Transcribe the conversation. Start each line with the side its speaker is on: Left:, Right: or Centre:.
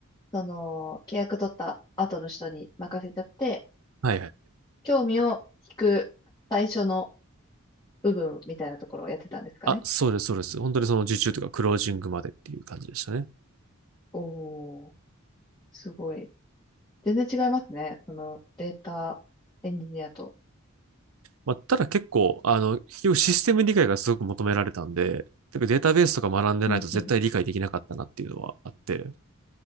Left: その、契約取った後の人に任せちゃって、
Right: はいはい。
Left: 興味を引く最初の部分みたいなところをやってたんですかね。
Right: あ、そうです、そうです。本当にその受注とかクロージングまでっていう感じでしたね。
Left: おー、すごい。全然違いますね。そのデータエンジニアと。
Right: まあ、ただ結構、あの、結局システム理解がすごく求められたんで、てかデータベースとか学んでないと絶対理解できなかったなっていうのはあって、
Left: うんうん。